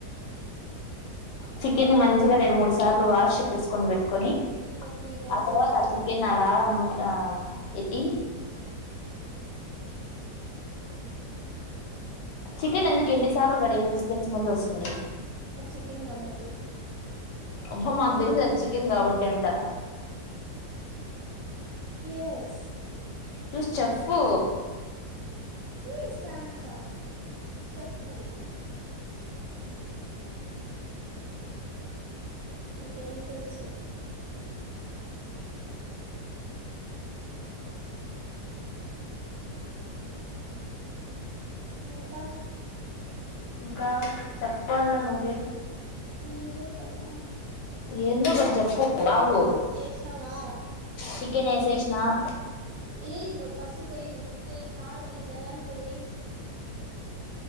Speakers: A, on the right (about 70°); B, on the left (about 80°).
A: స
B: చికెన్ మంచిగా రెండు మూడు సార్లు వాష్ చేసుకొని పెట్టుకొని
A: ఒక త్రీ టైమ్స్
B: ఆ తర్వాత
A: అయినా
B: చికెన్ అలా నూ ఎతి చికెన్ ఎందుకు ఎన్ని సార్లు కడిగిన చికెన్ స్మెల్ వస్తుంది
A: చికెన్ కాబట్టి
B: అబ మాకు తెసది చికెన్ కాబట్టి అంట
A: ఎస్
B: చూసి చెప్పు
A: ఇవి సామ్ చాఫ చెప్పు నేను ఉమ్ ఇంకేం తెలుసు ఇంకా
B: ఇంకా చెప్పాల నువ్వే
A: ఏం చెప్పాలరా
B: ఏందో ఒకటి చెప్పు ఆగు
A: ఈష్ణవా
B: చికెన్ వేసేసిన
A: ఎయి నువ్వు పసుపు ఎయి ఉప్పు ఎయి కరం ఎయి దన్యాలపోడి ఎయి